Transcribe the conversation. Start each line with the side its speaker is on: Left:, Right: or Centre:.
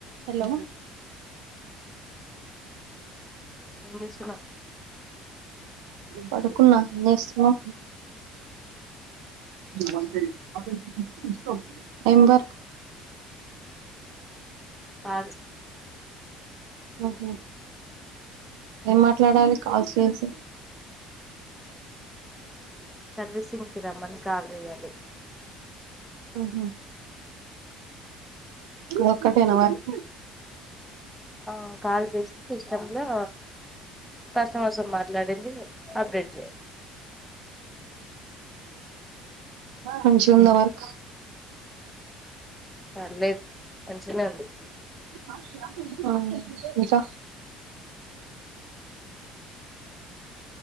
Right: Hello
Centre: ఏం చేస్తున్నావు
Right: పడుకున్నా ఏంచేస్తునా మంట అ ఇష్టవుతుంది ఎం వర్క్
Centre: అ
Right: ఆహో ఏం మాట్లాడాలి కాల్ చేసి
Centre: సర్వీసింగ్కి రమ్మని కాల చేయాలి
Right: ఆఓహో ఒకటన వర్క్
Centre: ఆ కాల్ చేసి సిస్టమ్లా కస్టమర్స్తో మాట్లాడింది అప్డేట్ చేయలి
Right: మంచిగా ఉందా వార్క్
Centre: పర్లేదు మంచిగానే ఉంది
Right: అ ఇంకా